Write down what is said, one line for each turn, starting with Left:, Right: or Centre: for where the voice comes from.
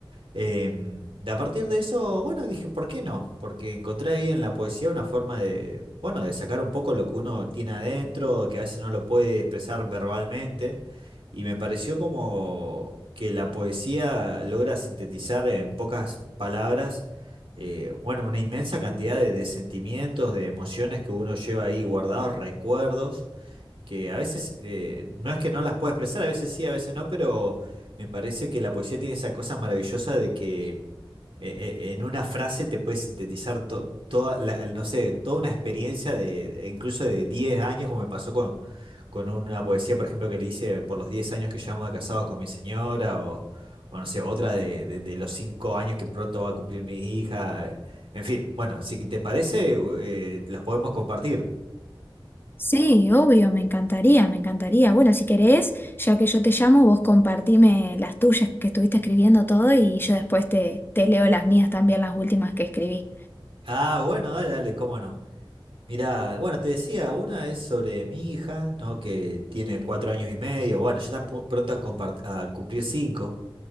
Right: Em, de a partir de eso, bueno, dije, ¿por qué no? Porque encontré ahí en la poesía una forma de, bueno, de sacar un poco lo que uno tiene adentro, que a veces no lo puede expresar verbalmente, y me pareció como que la poesía logra sintetizar en pocas palabras, eh, bueno, una inmensa cantidad de, de sentimientos, de emociones que uno lleva ahí guardados, recuerdos que a veces eh, no es que no las pueda expresar, a veces sí, a veces no, pero me parece que la poesía tiene esa cosa maravillosa de que eh, eh, en una frase te puedes sintetizar to- toda la, no sé, toda una experiencia de, de- incluso de 10 años, como me pasó con, con una poesía, por ejemplo, que le hice por los 10 años que llevamos de casados con mi señora, o, o no sé, otra de, de- de los 5 años que pronto va a cumplir mi hija. En fin, bueno, si te parece, eh, las podemos compartir.
Left: Sí, obvio, me encantaría, me encantaría. Bueno, si querés, ya que yo te llamo, vos compartime las tuyas que estuviste escribiendo todo y yo después te, te leo las mías también, las últimas que escribí.
Right: Ah, bueno, dale, dale, cómo no. Mirá, bueno, te decía, una es sobre mi hija, ¿no? Que tiene cuatro años y medio, bueno, ya está pu- pronto a, compar- a cumplir cinco.